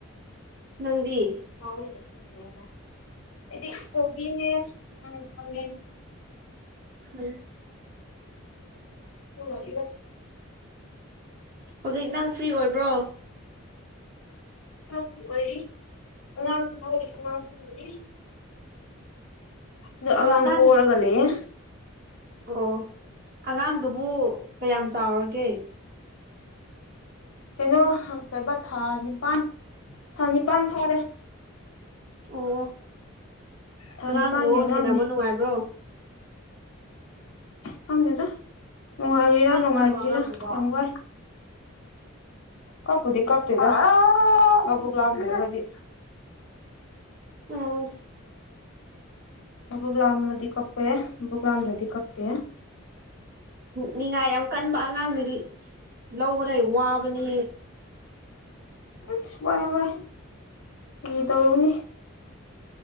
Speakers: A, on the right; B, on the left.
A: ꯅꯪꯗꯤ
B: ꯍꯥꯎꯅꯦꯦ ꯃꯥꯏꯅ ꯑꯩꯗꯤ ꯀꯣꯕꯤꯅꯦ ꯎꯝ ꯄꯅꯦ
A: ꯎꯝ
B: ꯎ ꯏ
A: ꯍꯧꯖꯤꯛ ꯅꯪ ꯐ꯭ꯔꯤ ꯑꯣꯏꯕ꯭ꯔꯣ
B: ꯀ ꯑꯣꯏꯔꯤ ꯉꯉꯥꯡ ꯑꯉꯥꯡꯔꯤ ꯑꯗꯣ ꯑꯉꯥꯡ
A: ꯑ ꯅꯪ
B: ꯄꯔꯒ ꯂꯩꯌꯦ
A: ꯑꯣ ꯑꯉꯥꯡꯗꯨꯕꯨ ꯀꯌꯥꯝ ꯆꯥꯎꯔꯒꯦ
B: ꯀꯩꯅꯣ ꯀꯩꯕꯥ ꯊꯥ ꯅꯤꯄꯜ ꯊꯥ ꯅꯤꯄꯜ ꯐꯥꯎꯔꯦ
A: ꯑꯣ
B: ꯊꯥ
A: ꯑꯉꯥꯡꯗꯣ
B: ꯅꯤꯄꯥꯟꯒꯤ ꯑꯉꯥꯡꯅꯦ
A: ꯁꯦꯟꯅꯕ ꯅꯨꯡꯉꯥꯏꯕ꯭ꯔꯣ
B: ꯈꯪꯗꯦꯗ ꯅꯨꯡꯉꯥꯏꯔꯤꯔꯥ
A: ꯇꯞꯇꯕ꯭ꯔꯣ
B: ꯅꯨꯡꯉꯥꯏꯇ꯭ꯔꯤꯔꯥ
A: ꯑꯉꯥꯡꯗꯨꯕꯣ
B: ꯌꯥꯝ ꯋꯥꯏ ꯀꯄꯗꯤ ꯀꯞ ꯊꯗ ꯃꯕꯨꯒ ꯂꯗꯔꯒꯗꯤ
A: ꯑꯝ
B: ꯕꯨꯒꯂꯥꯝꯅꯗꯤ ꯀꯛꯄꯦ ꯕꯨꯕꯨꯒꯂꯥꯝꯗꯗꯤ ꯀꯞꯄꯦ
A: ꯅꯤꯉꯥꯏ ꯌꯥꯝ ꯀꯟꯕ ꯑꯉꯥꯡꯗꯤ ꯂꯧꯕꯅꯦ ꯋꯥꯕ ꯕꯅꯤ
B: ꯏ ꯏ ꯐꯔꯤ ꯇꯧꯔꯅꯤ